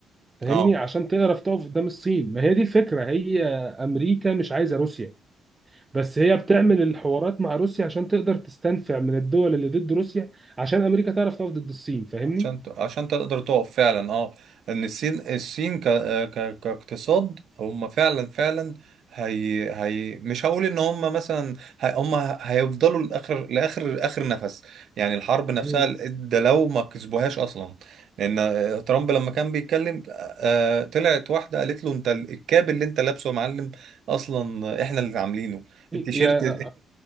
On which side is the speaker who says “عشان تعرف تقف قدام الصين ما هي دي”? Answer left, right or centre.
Right